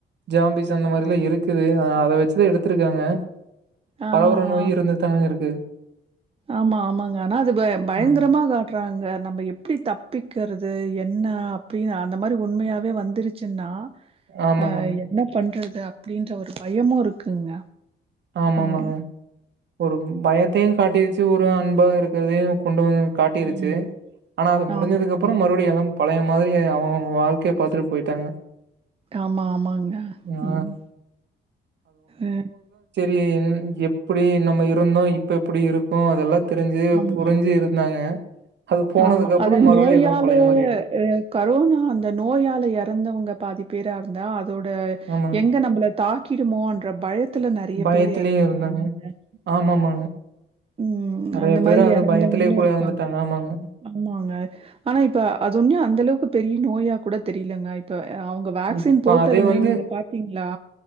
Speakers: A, on the right; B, on the right.
A: ஜாம்பீஸ் அந்த மாரில்லா இருக்குது ஆ அத வச்சுதா எடுத்ருக்காங்க
B: ஆ.
A: பரவுர நோயி இருந்துதானேங்க இருக்கு
B: ஆமா ஆமாங்க ஆனா அது ப பயங்கரமா
A: ஆ
B: காட்டுறாங்க நம்ம எப் ப்டி தப்பிக்கறது என்ன அப்டின்னு அந்த மாரி உண்மையாவே வந்திறிச்சின்னா
A: ஆமாமாங்க.
B: ஆஹ் என்ன பண்றது அப்டின்ற ஒரு பயமு இருக்குங்க
A: ஆமாமாங்க
B: ம்.
A: ஒரு பயத்தையு காட்டிருச்சு ஒரு அன்பா இருக்குறதையு கொண்டு வந்து காட்டிருச்சு
B: ம்.
A: ஆனா அது முடிஞ்சதுக்கப்றோ
B: ஆம். ம்.
A: மறுபடி எல்லா பழைய மாதிரி அவுங்கவுங்க வாழ்க்கைய பாத்துட்டு போயிட்டாங்க
B: ஆமா ஆமாங்க
A: ஆ
B: உம் ஆ
A: டின் எப்புடி நம்ம இருந்தோ இப்ப எப்புடி இருக்கோ அதெல்லா தெருஞ்சு
B: ஆமா,
A: புருஞ்சு இருந்தாங்க அது போனதுக்கப்புறம்
B: ஆமா அது
A: மறுபடியும்
B: நோயால
A: எல்லாம் பழைய மாரி ஆயிட்டு
B: அ கரோனா அந்த நோயால எறந்தவுங்க பாதி பேராந்தா அ தோட
A: ஆமாங்க.
B: எங்க நம்மள தாக் கிடுமோன்ற பயத் த்துல நெறைய
A: பயத்திலயும்
B: பேர் எறந்துட்டாங்கல்லங்க
A: இருந்தாங்க. ஆமாமாங்க.
B: உம்
A: நெறைய
B: அந்த
A: பேரு
B: மாரி
A: அது
B: எறந்தவங்ளு
A: பயத்திலயே கூட
B: இருப்பாங்க
A: இறந்துட்டாங்க. ஆமாங்க.
B: ஆமாங்க ஆனா இப்ப அது ஒன்யொ அந்த அளவுக்கு பெரிய நோயா கூட தெரிலங்க இப்ப அவுங்க வேக்சின்
A: இப்ப
B: போட்டதுமே
A: அதே வந்து
B: நீங்க பாத்தீங்ளா